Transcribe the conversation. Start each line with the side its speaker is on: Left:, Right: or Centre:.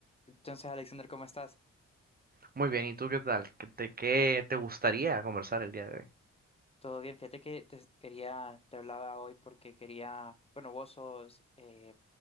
Left: Entonces, Alexander, ¿cómo estás?
Right: Muy bien, ¿y tú qué tal? ¿Qué te, qué te gustaría conversar el día de hoy?
Left: Todo bien, fíjate que te quería, te hablaba hoy porque quería, bueno, vos sos eh,